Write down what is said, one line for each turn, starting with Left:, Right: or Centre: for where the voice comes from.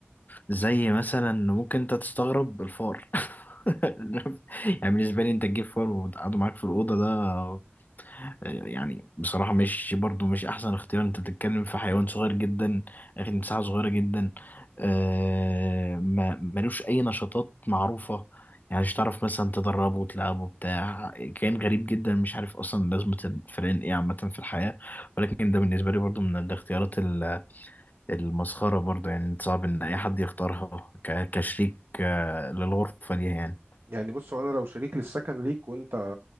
Left: زي مثلا ممكن أنت تستغرب الفار <laughs> يعني بالنسبة لي أنت تجيب فار وتقعده معاك في الأوضة ده يعني بصراحة مش برضو مش أحسن اختيار أنت بتتكلم في حيوان صغير جدا أخد مساحة صغيرة جدا آه ما ملوش أي نشاطات معروفة يعني مش تعرف مثلا تدربه وتلعبه بتاع كائن غريب جدا مش عارف أصلا لازمة الفئران إيه عامة في الحياة ولكن ده بالنسبة لي برضو من الاختيارات ال- المسخرة برضو يعني صعب إن أي حد يختارها ك- كشريك آه، للغرفة دي يعني
Right: يعني بص هو انا لو شريك للسكن ليك وانت